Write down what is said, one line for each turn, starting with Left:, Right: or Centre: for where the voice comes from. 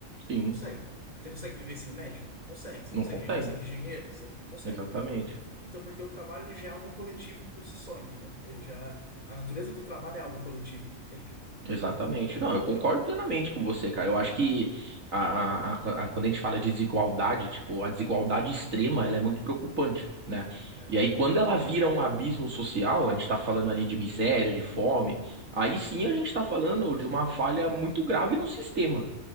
Right: sim.
Left: Não consegue. Você consegue viver sem médico? Não consegue. Você
Right: Não
Left: consegue
Right: consegue.
Left: viver sem engenheiro? Você não consegue.
Right: Exatamente.
Left: Então, porque o trabalho ele já é algo coletivo por si só, entendeu? Ele já, a natureza do trabalho é algo coletivo, entende?
Right: Exatamente. Não, eu concordo plenamente com você, cara. Eu acho que a, a- a- a- quando a gente fala de desigualdade, tipo, a desigualdade extrema, ela é muito preocupante, né?
Left: É muito
Right: E aí,
Left: importante.
Right: quando ela vira um abismo social, a gente tá falando ali de miséria, de fome, aí sim a gente tá falando de uma falha muito grave no sistema.